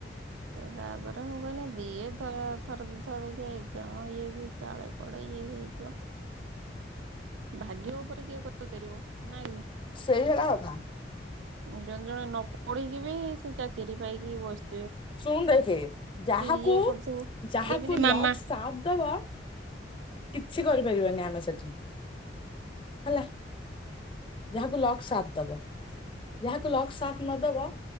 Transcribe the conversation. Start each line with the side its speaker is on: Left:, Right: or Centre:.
Right: ତ ତା ପରେ ମୁଁ କହିଲି ଦିଏ ଥର ଥରେଦିଥର ଦେଖିବା ଏକ୍ଜାମ ଇଏ ହେଇକି କାଳେ କୁଆଡ଼େ ଇଏ ହେଇଯିବ। ଭାଗ୍ୟ ଉପରେ କିଏ କହିପାରିବ ନାଇଁକି?
Left: ସେଇ ହେଲା କଥା।
Right: ଜଣେ ଜଣେ ନ ପଢିକି ବି ସେ ଚାକିରି ପାଇକି ବସ୍
Left: ଶୁଣ ଦେଖେ ଯାହାକୁ
Right: ଇଏ କରୁଥିବୁ
Left: ଯାହାକୁ
Right: ଯେମିତି ମାମା।
Left: ଲକ୍ ସାଥ୍ ଦବ କିଛି କରିପାରିବାନି ଆମେ ସେଠି ହେଲା ଯାହାକୁ ଲକ୍ ସାଥ ଦବ ଯାହାକୁ ଲକ୍ ସ୍ ସାଥ୍ ନଦବ